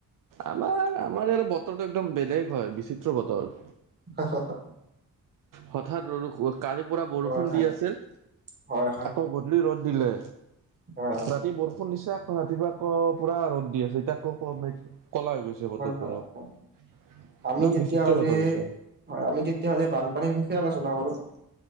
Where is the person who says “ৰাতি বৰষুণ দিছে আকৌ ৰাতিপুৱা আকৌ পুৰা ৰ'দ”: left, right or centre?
Right